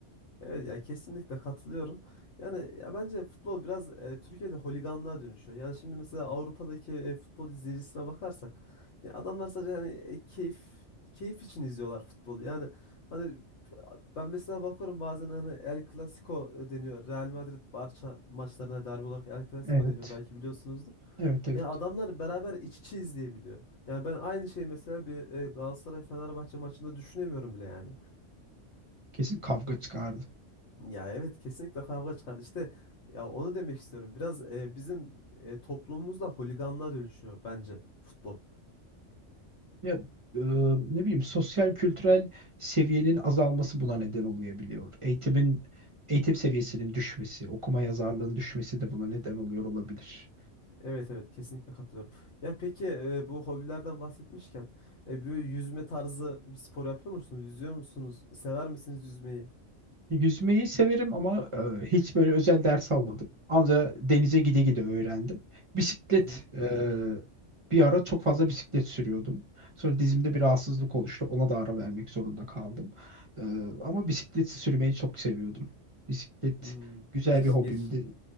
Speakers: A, on the left; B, on the right.
A: Evet ya kesinlikle katılıyorum. Yani ya bence futbol biraz e, Türkiye'de holiganlığa dönüşüyor. Yani şimdi mesela Avrupa'daki e, futbol izleyicisine bakarsak ya adamlar sadece hani e, keyif keyif için izliyorlar futbolu. Yani hani ben mesela bakıyorum bazen hani El Clasico e, deniyor. Real Madrid Barça maçlarına derbi olarak El Clasico
B: Evet.
A: deniyor belki biliyorsunuzdur.
B: Evet evet.
A: Yani adamlar beraber iç içe izleyebiliyor. Yani ben aynı şeyi mesela bir e, Galatasaray Fenerbahçe maçında düşünemiyorum bile yani.
B: Kesin kavga çıkardı.
A: Ya evet kesinlikle kavga çıkar. İşte ya onu demek istiyorum. Biraz e, bizim e, toplumumuzda holiganlığa dönüşüyor bence futbol.
B: Ya, e, ne bileyim sosyal kültürel seviyenin azalması buna neden olabiliyor. Eğitimin eğitim seviyesinin düşmesi, okuma yazarlığın düşmesi de buna neden oluyor olabilir.
A: Evet evet kesinlikle katılıyorum. Ya peki e, bu hobilerden bahsetmişken e, bir yüzme tarzı bir spor yapıyor musunuz? Yüzüyor musunuz? Sever misiniz yüzmeyi?
B: Yüzmeyi severim ama e, hiç böyle özel ders almadım. Ancak denize gide gide öğrendim. Bisiklet
A: Hı hı.
B: e, bir ara çok fazla bisiklet sürüyordum. Sonra dizimde bir rahatsızlık oluştu. Ona da ara vermek zorunda kaldım. E, ama bisiklet sürmeyi çok seviyordum. Bisiklet
A: Hmm,
B: güzel
A: Geç
B: bir hobimdi.
A: geç.